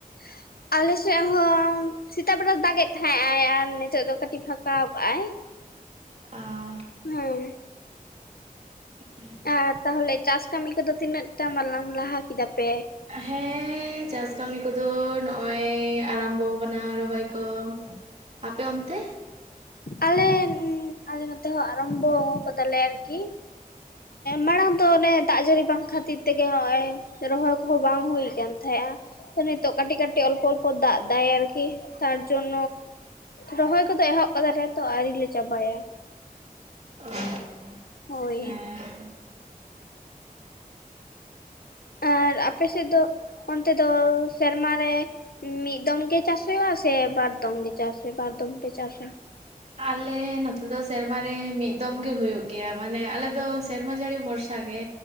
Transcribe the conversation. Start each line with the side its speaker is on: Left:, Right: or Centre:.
Left: <inaudible> ᱟᱞᱮᱥᱮᱫ ᱦᱚᱸ ᱥᱮᱛᱟᱜ ᱵᱮᱲᱟ ᱫᱟᱜ ᱮᱫ ᱛᱟᱦᱮᱸᱫ ᱟᱭ ᱟᱨ ᱱᱤᱛᱚᱜ ᱫᱚ ᱠᱟᱹᱴᱤᱡ ᱯᱷᱟᱠᱟ ᱟᱠᱟᱣᱟᱭ
Right: ᱟᱨ
Left: ᱦᱮᱸ
Right: ᱴᱷᱤᱠ ᱜᱮᱭᱟ
Left: ᱟᱨ ᱛᱟᱦᱚᱞᱮ ᱪᱟᱥ ᱠᱟᱹᱢᱤ ᱠᱚᱫᱚ ᱛᱤᱱᱟ ᱴᱟᱜ <inaudible> ᱞᱟᱦᱟ ᱠᱮᱫᱟ ᱯᱮ
Right: ᱦᱮᱸ ᱪᱟᱥ ᱠᱟᱹᱢᱤ ᱠᱚᱫᱚ ᱱᱚᱜᱼᱚᱭ ᱟᱨᱚᱢᱵᱚ ᱟᱠᱟᱱᱟ ᱨᱚᱦᱚᱭ ᱠᱚ ᱟᱯᱮ ᱚᱱᱛᱮ
Left: ᱟᱞᱮ ᱟᱞᱮ ᱱᱚᱛᱮ ᱦᱚᱸ ᱟᱨᱟᱢᱵᱷᱚ ᱠᱟᱫᱟᱞᱮ ᱟᱨᱠᱤ ᱢᱟᱲᱟᱝ ᱫᱚ ᱚᱱᱮ ᱫᱟᱜ ᱡᱟᱹᱲᱤ ᱵᱟᱝ ᱠᱷᱟᱹᱛᱤᱨ ᱛᱮᱜᱮ ᱱᱚᱜᱼᱚᱭ ᱨᱚᱦᱚᱭ ᱠᱚᱦᱚᱸ ᱵᱟᱝ ᱦᱩᱭ ᱟᱠᱟᱱ ᱛᱟᱦᱮᱸᱫᱼᱟ ᱛᱚ ᱱᱤᱛᱚᱜ ᱠᱟᱹᱴᱤᱡ ᱠᱟᱹᱴᱤᱡ ᱚᱞᱯᱚ ᱚᱞᱯᱚ ᱫᱟᱜ ᱫᱟᱭ ᱟᱨᱠᱤ ᱛᱟᱨᱡᱚᱱ ᱨᱚᱦᱚᱭ ᱠᱚᱫᱚ ᱮᱦᱚᱵ ᱠᱟᱫᱟᱞᱮ ᱛᱚ ᱟᱣᱨᱤ ᱞᱮ ᱪᱟᱵᱟᱭᱟ
Right: <unintelligible>
Left: ᱦᱳᱭ
Right: ᱦᱮᱸ
Left: ᱟᱨ ᱟᱯᱮ ᱥᱮᱫ ᱫᱚ ᱚᱱᱛᱮ ᱫᱚ ᱥᱮᱨᱢᱟ ᱨᱮ ᱢᱤᱫ ᱫᱚᱢ ᱜᱮ ᱪᱟᱥ ᱦᱩᱭᱩᱜ ᱟ ᱥᱮ ᱵᱟᱨ ᱫᱚᱢ ᱜᱮ ᱪᱟᱥ ᱦᱩᱭᱩᱜᱼᱟ ᱵᱟᱨ ᱫᱚᱢ ᱯᱮ ᱪᱟᱥ-ᱟ᱾
Right: ᱟᱞᱮ ᱱᱚᱛᱮ ᱫᱚ ᱥᱮᱨᱢᱟᱨᱮ ᱢᱤᱫ ᱫᱚᱢ ᱜᱮ ᱦᱩᱭᱩᱜ ᱜᱮᱭᱟ ᱢᱟᱱᱮ ᱟᱞᱮ ᱥᱮᱨᱢᱟ ᱡᱟᱹᱲᱤ ᱵᱷᱚᱨᱥᱟ ᱜᱮ